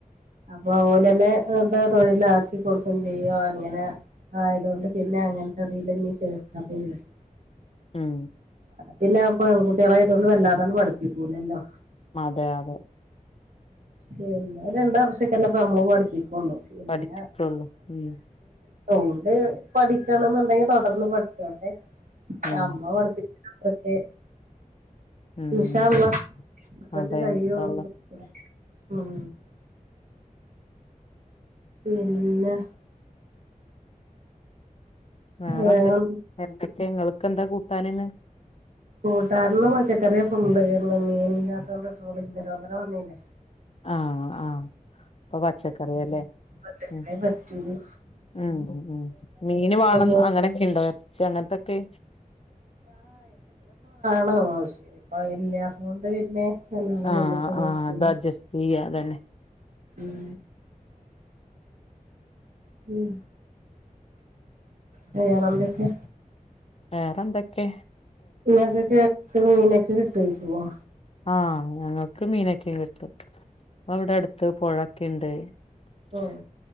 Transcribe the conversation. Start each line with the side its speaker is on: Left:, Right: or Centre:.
Right: അപ്പൊ ഓലെന്നെ ഇത് തൊഴിലാക്കി കൊടുക്കയും ചെയ്യും അങ്ങനെ ആയതോണ്ട് പിന്നെ അങ്ങനത്തെതില് നീ ചേർക്കാ <unintelligible>
Left: ഉം
Right: പിന്നെ പെൺകുട്ടിയാള് ആയതോണ്ട് വെല്ലാതങ്ങ് പഠിപ്പിക്കൂലല്ലോ.
Left: അതെ അതെ
Right: ചെയ്‌നോരണ്ട് വർഷ് <unintelligible>
Left: പഠിപ്പിക്കുള്ളൂ
Right: <unintelligible>
Left: ഉം
Right: ഓള് പഠിക്കണന്നുണ്ടെങ്കി തൊടർന്ന് പഠിച്ചോട്ടെ
Left: ഉം
Right: അമ്മ പഠിപ്പി ഓക്കെ
Left: ഉം
Right: ഇൻഷാ
Left: അതെ
Right: അള്ളാ അതൊക്കെ
Left: അതെ
Right: കഴിയ്യോളു
Left: ഇൻഷാ അള്ളാ
Right: <unintelligible> ഉം ഇല്ല
Left: വേറെന്തെ
Right: വേറെ
Left: എന്തൊക്കെയിങ്ങള് ക്കെന്താ കൂട്ടാനിന്ന്?
Right: കൂട്ടാനിന്ന് പച്ചക്കറിയാ ഫുള്ള് ഇന്ന് മീൻ ഇല്ലാത്തോണ്ട് ട്രോളിങ് നിരോധനം വന്നില്ലേ?
Left: ആ ആ അപ്പൊ പച്ചക്കറിയാല്ലേ
Right: പച്ചക്കറിയെ
Left: ഉം
Right: പറ്റൂള്ളൂ
Left: ഉം ഉം മീന് വാണം
Right: പോയി
Left: അങ്ങനേക്കെണ്ടോ ച്ചി അങ്ങനത്തൊക്കെ
Right: <unintelligible> പ്പത് ഇല്ല്യാത്തോണ്ട് പിന്നെ അല്ലാതെ
Left: ആ
Right: നമ്മക്ക് നോക്കി
Left: ആ അത അഡ്ജസ്റ്റെയ്യ അതന്നെ
Right: ഉം ഉം വേറൊന്തക്കെ
Left: വേറെന്തൊക്കെ
Right: ങ്ങക്കൊക്കെ ക്ക്‌ മീനൊക്കെ കിട്ടുവായിക്കുവോ?
Left: ആ ഞങ്ങക്ക് മീനെക്കെ കിട്ടും. അവടെ അടുത്ത് പൊഴക്കെണ്ട് <unintelligible>
Right: ഉം